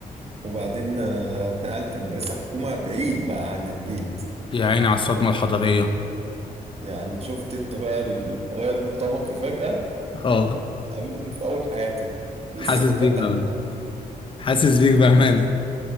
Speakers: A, on the right; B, on the left.
A: وبعدين آه، اتنقلت مدرسه حكومه بعيد بقى عن البيت
B: يا عيني على الصدمة الحضارية
A: يعني شفت انت بقى التغير الطبقي فجاه
B: اه
A: قابلته في اول حياتي لسه
B: حاسس بيك
A: مفتح
B: بأمانة
A: بقى
B: حاسس بيك بأمانة